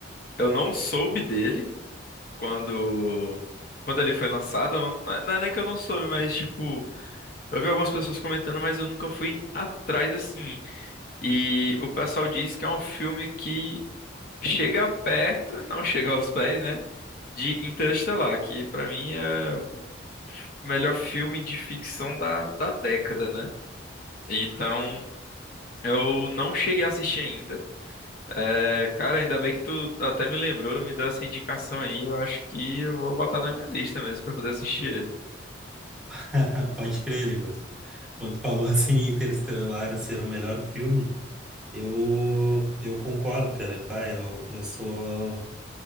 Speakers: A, on the left (about 45°); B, in the centre.
A: eu não soube dele. quando quando ele foi lançado, eu não, não é não é nem que eu não soube, mas tipo, eu vi algumas pessoas comentando, mas eu nunca fui atrás assim. E o pessoal diz que é um filme que chega perto, não chega aos pés, né, de Interestelar, que pra mim é o melhor filme de ficção da, da década, né? Então, eu não cheguei a assistir ainda. É, cara, ainda bem que tu até me lembrou, me deu essa indicação aí. Eu acho que eu vou botar na minha lista mesmo pra poder assistir ele.
B: <laughs> Pode crer, Nicolas. Quando tu falou assim, Interestelar ser o melhor filme, eu, eu concordo, cara. Pá, eu, eu sou.